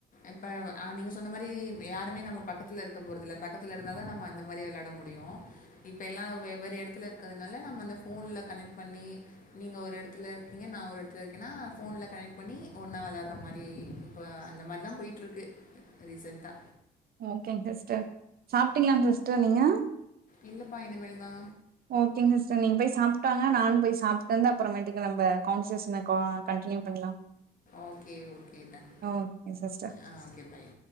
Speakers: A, on the left; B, on the right.
A: இப்ப அ நீங்க சொன்ன மாரி யாருமே நம்ம பக்கத்தில இருக்க போறதில்ல பக்கத்தில இருந்தா தா நம்ம அந்த மாரி வெளாட முடியு இப்ப எல்லா வெவ்வேறு எடத்துல இருக்கிறதுனால நம்ம அந்த போன்ல கனெக்ட் பன்னி நீங்க ஒரு எடத்துல இரு ப்பிங்க நா ஒரு எடத்துல இருக்கேனா போன்ல கனெக்ட் பண்ணி ஒன்னா வெளாட்ற மாரி இப்போ அந்த மாதிரிதா போயிட்டு இருக்கு ரீசென்டா
B: ஓகேங் சிஸ்டர் சாப்ட்டீங்ளா சிஸ்டர் நீங்க
A: இல்லப்பா இனிமேல் தா
B: ஓகேங் சிஸ்டர் நீங்க போய் சாப்ட்டாங்க நானு போயி சாப்ட்டு வந்து அப்பறமேட்டுக்கு நம்ம கவுன்சிஷன்ன கா அ கண்டினியூ பண்லாம்
A: ஓகே ஓகே நன்
B: ஓகே சிஸ்டர்
A: ஆ ஓகே பாய்